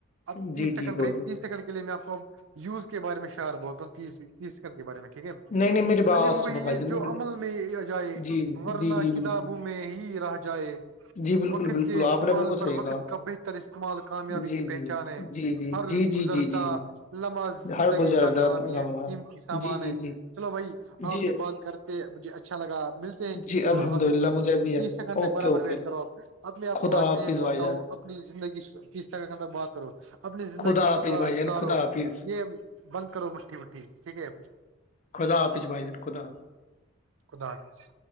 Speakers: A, on the right; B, on the left.
A: اب تیس
B: جی
A: سیکنڈ
B: جی بولیے
A: رہی تیس سیکنڈ کے لیے میں آپ کو یوز کے بارے میں شار بوتل تیزی کل کے بارے میں ٹھیک ہے
B: نہیں نہیں میری بات
A: عم
B: سنو
A: وہی
B: بھائی
A: ہے
B: جان
A: جو
B: میرے-
A: عمل میں اجائے
B: جی
A: ورنہ
B: جی جی جی
A: کتاب
B: بالکل
A: میں ہی رہ جائے
B: جی بالکل
A: وقت
B: بالکل
A: کے استعمال
B: آپ نے بالکل
A: پر
B: صحیح
A: وقت
B: کہا
A: کا بہتر استعمال کامیابی
B: جی
A: کی پہچان
B: جی جی
A: ہے
B: جی
A: ہر
B: جی
A: گزرتا
B: جی جی جی
A: لمحہ زندگی
B: ہر گزردات
A: کا کام یہ
B: لمحہ
A: قیمتی سامان
B: جی
A: ہے
B: جی جی
A: چلو بھائی
B: جی
A: آپ سے بات کر مجھے اچھا لگا ملتے ہیں کسی
B: جی الحمد
A: اور وقت
B: للہ مجھے بھی ہے
A: تیس سیکنڈ
B: اوکے
A: تک برابر
B: اوکے
A: ویٹ کرو ا ابھی آپ
B: خدا
A: کو لاسٹ
B: حافظ
A: میں یہ بولتا
B: بھائی جان
A: ہوں اپنی زندگی تیس ت ک بات کرو اپنی زندگی
B: خدا حافظ
A: سکھا
B: بھائی جان
A: سدھارو
B: خدا حافظ
A: یہ بند کرو مٹھی وٹھی ٹھیک ہے
B: خودداپچ بائی دانن خودد آپ
A: خدا حافظ